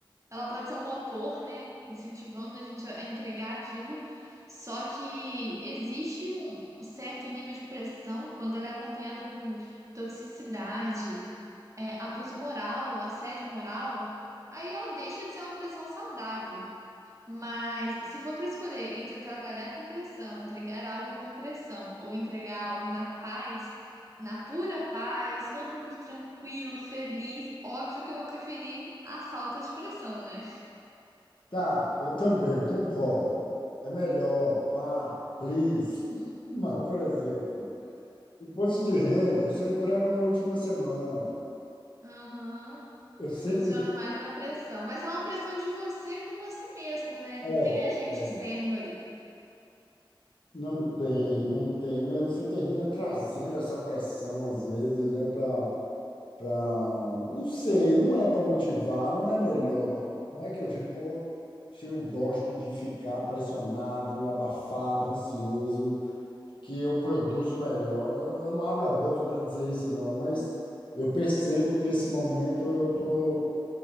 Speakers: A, on the right; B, on the left.
A: ela pode ser um motor, né? Incentivando a gente a a entregar aquilo. Só que existe um, um certo nível de pressão quando ela é acompanhada com toxicidade, é, abuso moral, assédio moral. Aí ela deixa de ser uma pressão saudável. Mas se for para escolher entre trabalhar com pressão, entregar algo com pressão ou entregar algo na paz, na pura paz, todo mundo tranquilo, feliz, óbvio que eu vou preferir a falta de pressão, né?
B: Tá, eu também concordo. É melhor, pá, please. <laughs> Mas, por exemplo, imposto de renda, eu só entrego na última semana.
A: Aham.
B: Eu sempre.
A: Funciona mais na pressão, mas é uma pressão de você com você mesmo, né? Não
B: É,
A: tem agente
B: é.
A: externo ali.
B: Não tem, não tem, mas você termina trazendo essa pressão, às vezes, né, para. Pra... pra- Não sei, não é para motivar, não é melhor. Não é que eu digo, pô, se eu gosto de ficar pressionado, abafado, ansioso. que eu produzo melhor. Eu, eu não abro a boca para dizer isso, não, mas eu percebo que esse momento eu tô,